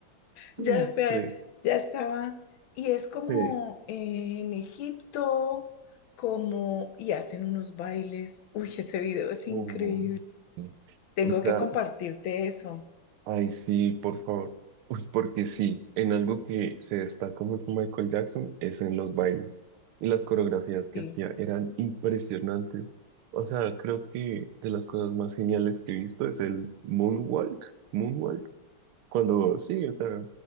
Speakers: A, on the left; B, on the right.
A: Ya
B: <laughs>
A: sé,
B: Sí,
A: ya estaba. Y es como
B: sí.
A: en Egipto, como, y hacen unos bailes. Uy, ese video es
B: Oh,
A: increíble.
B: sí.
A: Tengo
B: O sea,
A: que compartirte
B: s-
A: eso.
B: ay, sí, por favor. Uy, porque sí, en algo que se destaca mucho Michael Jackson es en los bailes. Y las coreografías que
A: Sí,
B: hacía eran impresionantes. O sea, creo que de las cosas más geniales que he visto es el moonwalk. Moonwalk. Cuando, sí, o sea,